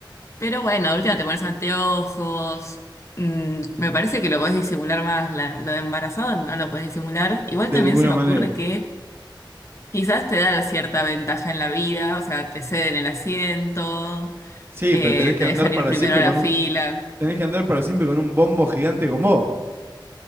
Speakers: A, on the left; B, on the right.
A: Pero bueno, de última te pones anteojos. mm, me parece que lo podés disimular más. la- lo de embarazado no lo podés disimular. Igual
B: De
A: también
B: ninguna
A: se me
B: manera.
A: ocurre que quizás te da cierta ventaja en la vida. O sea, te ceden el asiento,
B: Sí,
A: eh,
B: pero tenés que
A: te
B: andar
A: dejan
B: para
A: ir primero
B: siempre
A: a la
B: con
A: fila.
B: un... Tenés que andar para siempre con un bombo gigante con vos.